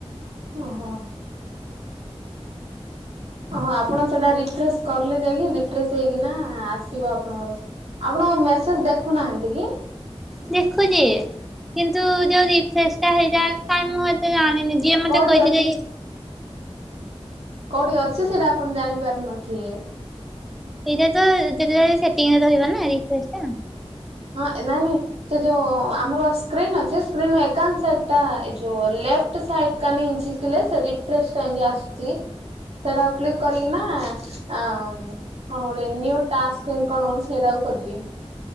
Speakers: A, on the right (about 75°); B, in the centre.
A: ଓହୋ ଓହୋ ଆପଣ ସେଟା ରିଫ୍ରେଶ କଲେ ଯାଇକି ରିଫ୍ରେେ ହେଇକିନା ଆସିବ ଆପଣଙ୍କର। ଆପଣ ମେସେଜ୍ ଦେଖୁନାହାନ୍ତିକି?
B: ଦେଖୁଚି କିନ୍ତୁ ଯଉଁ ରିଫ୍ରେଶଟା ହେଇଯାଏ କାଇଁ ମୁଁ ଏତେ ଜାଣିନି ଯିଏ ମତେ
A: କୋଉଠି
B: କହିଥିଲେ
A: ଅଛି? କୋଉଠି ଅଛି ସେଇଟା ଆପଣ ଜାଣିପାରୁ ନଥିବେ?
B: ଏଇଟାତ ଯେତେବେଳେ ସେଟିଙ୍ଗ୍ରେ ରହିବନା ରିଫ୍ରେଶ୍ ଟା।
A: ହଁ ନାଇଁ ନାଇଁ ସେ ଯୋଉ ଆମର ସ୍କ୍ରିନ୍ ଅଛି ସ୍କ୍ରିନ୍ ଏକାଉଣ୍ଟ୍ ସାଇଟ୍ ଟା ଏଯୋଉ ଲେପ୍ଟ ସାଇଟ୍ କାନି ଝିକିଲେସେ ରିଫ୍ରେଶ୍ ଟାଏମିତି ଆସୁଚି। ସେଇଟାକୁ କ୍ଲିକ୍ କରିକିନା ଆଁ କଣ ଗୋଟେ ନ୍ୟୁ ଟାସ୍ମ ଏଇକଣ ଗୋଟେ ସେଇଟାକୁ କରିବେ।